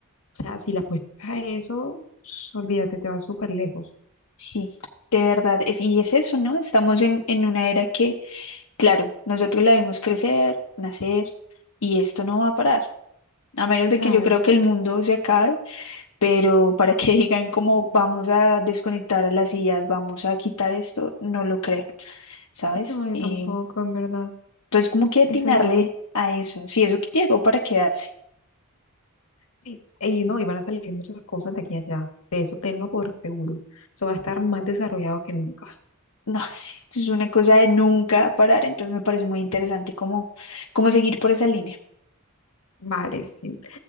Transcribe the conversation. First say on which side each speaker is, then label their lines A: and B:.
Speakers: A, on the left; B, on the left.
A: O sea, si la apuestas a eso, olvídate, te vas súper lejos.
B: sí, de verdad, es, y es eso, ¿no? Estamos en, en una era que, claro, nosotros la vimos crecer, nacer, y esto no va a parar, a menos de
A: Claro.
B: que yo creo que el mundo se acabe, pero para que <laughs> digan cómo vamos a desconectar a las sillas, vamos a quitar esto, no lo creo, ¿sabes?
A: No, yo
B: Eh,
A: tampoco, en verdad.
B: entonces, cómo que
A: Eso
B: atinarle
A: ya.
B: a eso? Sí, eso que llegó para quedarse.
A: Sí. Y no, y van a salir muchas cosas de aquí a allá. De eso tenlo por seguro. Eso va a estar más desarrollado que nunca.
B: No, <laughs> sí, esto es una cosa de nunca parar, entonces me parece muy interesante cómo, cómo seguir por esa línea.
A: Vale, sí.